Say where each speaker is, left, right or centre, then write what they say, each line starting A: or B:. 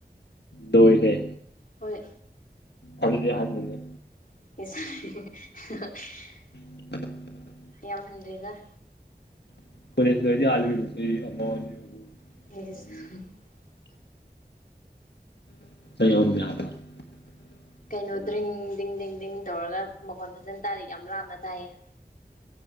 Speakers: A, on the left (about 85°); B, on the left (about 55°).
A: ꯂꯣꯏꯔꯦ
B: ꯍꯣꯏ
A: ꯑꯗꯨꯗꯤ ꯑꯍꯟꯅꯤꯅꯦ
B: <unintelligible>
A: <unintelligible>
B: ꯌꯥꯝ ꯍꯟꯗꯦꯗ
A: <unintelligible>
B: <unintelligible>
A: ꯃꯔꯤ <unintelligible>
B: ꯀꯩꯅꯣ
A: ꯀꯔꯤ
B: ꯗ꯭ꯔꯤꯡ ꯗꯤꯡ ꯗꯤꯡ ꯗꯤꯡ ꯇꯧꯔꯒ ꯃꯈꯣꯟ ꯐꯖꯅ ꯇꯥꯔꯦ ꯌꯥꯝ ꯂꯥꯞꯅ ꯇꯥꯏꯌꯦ